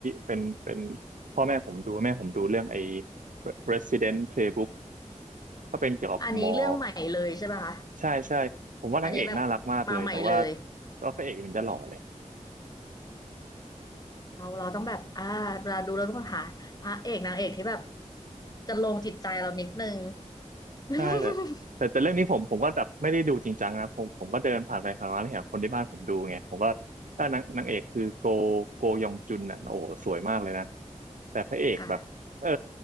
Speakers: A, on the right; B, on the left.
A: เป็นเป็นพ่อแม่ผมดูแม่ผมดูเรื่องไอ้ Resident Playbook ก็เป็นเกี่ยวกับหมอ
B: อันนี้เรื่องใหม่เลยใช่ป่ะคะ
A: ใช่ใช่ผมว่านางเอกน่ารักมากเลยแต่ว่า
B: อันนี้แบบมาใหม่เลย
A: ก็่ว่พระเอกมันจะหล่อเลย
B: เราเราต้องแบบอ่าเวลาดูเราต้องหาพระเอกนางเอกที่แบบจะลงจิตใจเรานิดนึง <laughs>
A: ใช่แต่แต่แต่เรื่องนี้ผมผมก็แบบไม่ได้ดูจริงจังนะผมผมก็เดินผ่านไปผ่านมาเนี่ยคนที่บ้านผมดูไงผมก็ถ้านางนางเอกคือโกโกยองจุนอ่ะโอ้โหสวยมากเลยนะแต่พระเอกแบบเออ
B: ค่ะ